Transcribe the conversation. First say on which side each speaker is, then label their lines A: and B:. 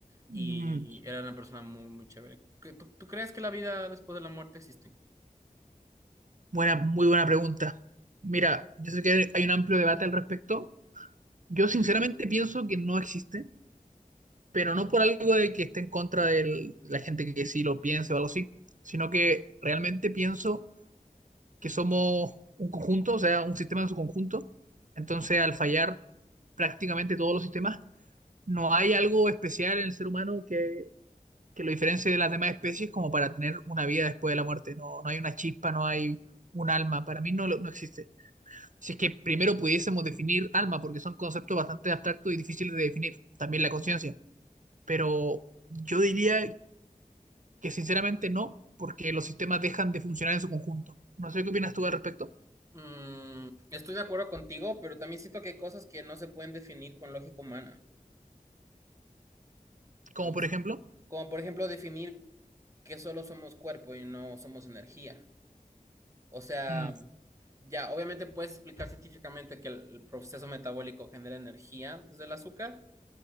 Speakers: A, on the right (about 20°); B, on the right (about 60°).
A: Y
B: Mm,
A: era una persona muy, muy chévere. ¿Qué- ¿Tú, tú crees que la vida después de la muerte existe?
B: buena, muy buena pregunta. Mira, yo sé que hay un amplio debate al respecto. Yo sinceramente pienso que no existe, pero no por algo de que esté en contra de la gente que sí lo piense o algo así, sino que realmente pienso que somos un conjunto, o sea, un sistema en su conjunto. Entonces, al fallar prácticamente todos los sistemas, no hay algo especial en el ser humano que, que lo diferencie de las demás especies como para tener una vida después de la muerte. No, no hay una chispa, no hay un alma. Para mí no, lo- no existe. Si es que primero pudiésemos definir alma, porque son conceptos bastante abstractos y difíciles de definir. También la conciencia. Pero yo diría que sinceramente no, porque los sistemas dejan de funcionar en su conjunto. No sé qué opinas tú al respecto.
A: Mm, estoy de acuerdo contigo, pero también siento que hay cosas que no se pueden definir con lógica humana.
B: Como
A: O
B: por
A: s-
B: ejemplo.
A: como por ejemplo definir que solo somos cuerpo y no somos energía. O sea,
B: Mm,
A: ya, obviamente puedes explicar científicamente que el proceso metabólico genera energía desde el azúcar,